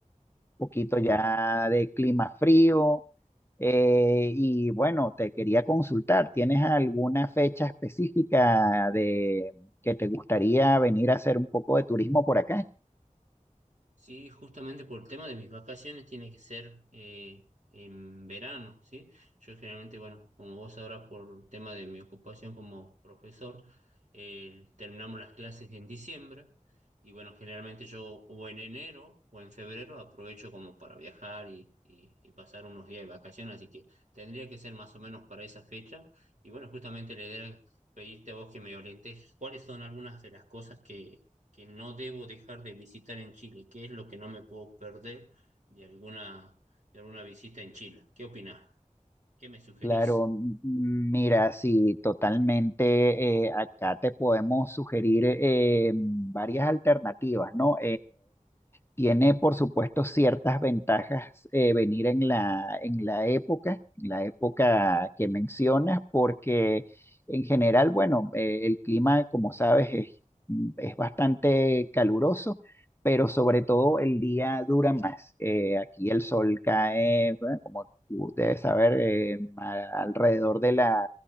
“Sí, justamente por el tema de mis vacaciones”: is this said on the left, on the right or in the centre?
Right